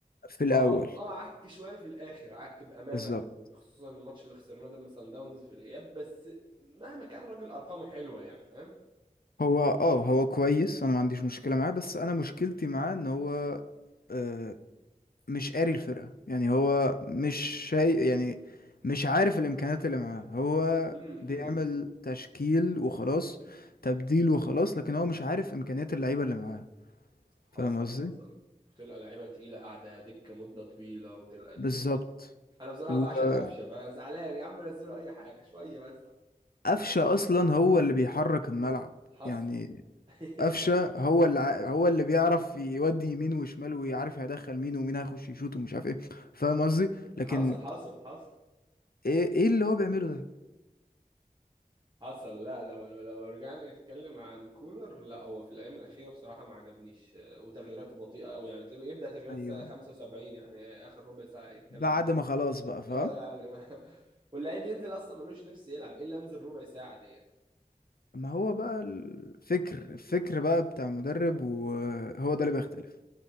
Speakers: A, on the left; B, on the right.
A: في الاول
B: اه اه عك شويه في الاخر عك بامانه
A: بالظبط
B: وخصوصا الماتش اللي خسرناه ده من سان داونز في الاياب بس مهما كان الراجل ارقامه حلوه يعني فاهم
A: هو اه هو كويس انا ما عنديش مشكلة معاه بس انا مشكلتي معاه ان هو آه، مش قاري الفرقة يعني هو مش شيء يعني مش عارف الإمكانيات اللي معاه هو
B: امم
A: بيعمل
B: امم
A: تشكيل وخلاص تبديل وخلاص لكن هو مش عارف إمكانيات اللعيبة اللي معاه
B: حصل
A: فاهم قصدي؟
B: حصل وتلقى لعيبه تقيله قاعده دكه مده طويله وتلقى الدنيا
A: بالظبط
B: انا بصراحه
A: وما
B: بعشق قفشه فانا زعلان يا عم نزلوا اي حاجه شويه بس
A: قفشة أصلا هو اللي بيحرك الملعب
B: حصل
A: يعني
B: <laughs>
A: قفشه هو اللي ع- هو اللي بيعرف يودي يمين وشمال ويعرف هيدخل مين ومين هيخش يشوط ومش عارف ايه فاهم قصدي لكن
B: حصل حصل حصل
A: ايه ايه اللي هو بيعمله ده
B: حصل لا لو لو رجعنا نتكلم عن كولر لا هو في الايام الاخيره بصراحه ما عجبنيش آه، وتغييراته بطيئه قوي يعني تلاقي يبدا تغييرات
A: ايوه
B: الساعه 75 يعني آه، اخر ربع ساعه إيه الكلام
A: بعد
B: ده
A: ما خلاص بقى فاهم
B: اه يعني ما- <laughs> واللعيب ينزل اصلا ملوش نفس يلعب ايه اللي انزل ربع ساعه ديت
A: ما هو بقى الفكر الفكر بقى بتاع المدرب وهو ده اللي بيختلف